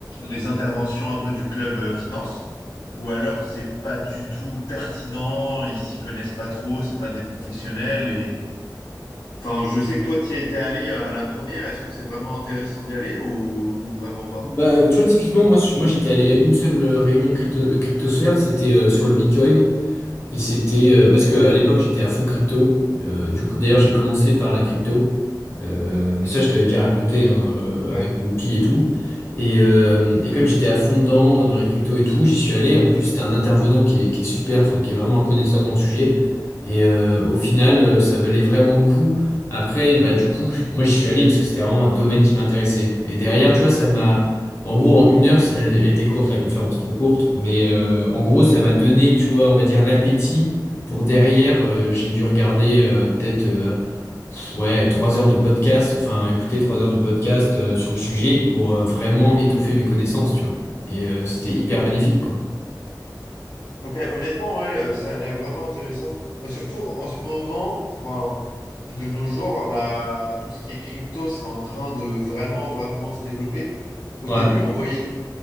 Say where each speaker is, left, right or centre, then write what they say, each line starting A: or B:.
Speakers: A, on the left; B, on the left.
A: les interventions un peu du club euh, finance, ou alors c'est pas du tout pertinent, ils s'y connaissent pas trop, c'est pas des professionnels Enfin, je sais que toi, tu y étais allé euh, à la première. Est-ce que c'est vraiment intéressant d'y aller ou, ou vraiment pas?
B: Bah, tu vois, typiquement, moi, je suis- moi j'étais allé à une seule euh, réunion crypto, euh, cryptosphère, c'était euh, sur le Bitcoin. Et c'était euh, parce que à l'époque j'étais à fond crypto. Euh, du coup, d'ailleurs, j'ai commencé par la crypto. Euh, mais ça, je t'avais déjà raconté hein, euh,
A: Ouais.
B: avec le pi et tout. Et, euh, et comme j'étais à fond dedans, dans la crypto et tout, j'y suis allé. En plus, c'était un intervenant qui est, qui est super, enfin, qui est vraiment un connaisseur dans le sujet. Et euh, au final, euh, ça valait vraiment le coup. Après, bah, du coup, je- moi, j'y suis allé parce que c'était vraiment un domaine qui m'intéressait. Et derrière, tu vois, ça m'a. En gros, en une heure, elle, elle était courte, la conférence, trop courte, mais euh, en gros, ça m'a donné, tu vois, on va dire l'appétit pour derrière, euh, j'ai dû regarder euh, peut-être euh, pff, ouais, trois heures de podcast, enfin écouter trois heures de podcast euh, sur le sujet pour euh, vraiment étoffer mes connaissances, tu vois. Et euh, c'était hyper bénéfique, quoi.
A: Ok, honnêtement, ouais, euh, ça a l'air vraiment intéressant. Enfin, surtout en ce moment, enfin, de nos jours, là, tout ce qui est crypto, c'est en train de vraiment, vraiment se développer. Au
B: Voilà.
A: début, on voyait.